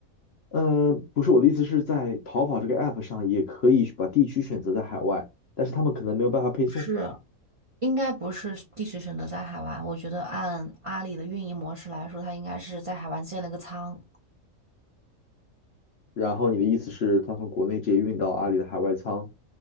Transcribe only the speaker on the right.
不是，应该不是地址选择在海外。我觉得按阿里的运营模式来说，它应该是在海外建了个仓，